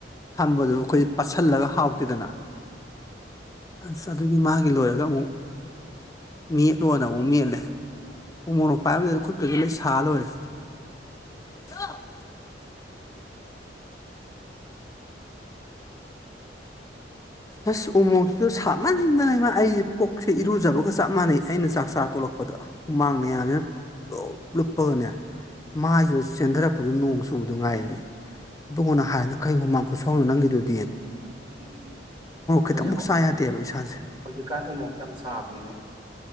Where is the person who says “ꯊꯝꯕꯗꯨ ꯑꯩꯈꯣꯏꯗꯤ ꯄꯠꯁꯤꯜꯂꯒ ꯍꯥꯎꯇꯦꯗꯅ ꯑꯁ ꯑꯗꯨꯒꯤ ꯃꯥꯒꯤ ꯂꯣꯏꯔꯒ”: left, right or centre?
Left